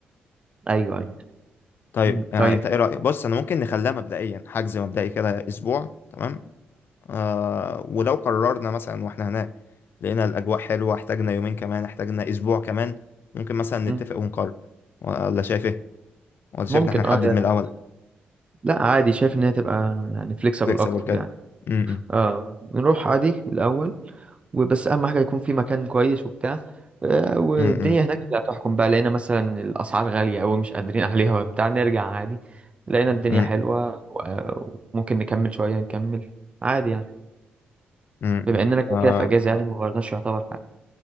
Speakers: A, on the right; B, on the left.
A: ايوه ايوه
B: طيب
A: مم.
B: يعني
A: طيب
B: انت ايه رايك بص انا ممكن نخليها مبدئيا حجز مبدئي كده اسبوع تمام آه ولو قررنا مثلا واحنا هناك لقينا الأجواء حلوة احتاجنا يومين كمان احتاجنا أسبوع كمان ممكن مثلا
A: مم.
B: نتفق ونقرر ولا شايف ايه؟ ولا شايف
A: ممكن
B: إن احنا نحدد
A: اه يا-
B: من الأول
A: لا عادي شايف ان هي تبقى يعني فليكسبل
B: فليكسيبل
A: اكتر
B: كده
A: يعني
B: م- م-
A: اه نروح عادي الأول وبس أهم حاجة يكون في مكان كويس وبتاع آه، والدنيا
B: م-
A: هناك اللي هتحكم بقى لقينا مثلا الأسعار غالية أوي مش قادرين <laughs> أهليها وبتاع نرجع عادي لقينا الدنيا
B: م-
A: حلوة و- وممكن نكمل شوية نكمل عادي يعني
B: م- م.
A: بما إننا كده
B: آه
A: كده في أجازة يعني مغيرناش يعتبر حاجة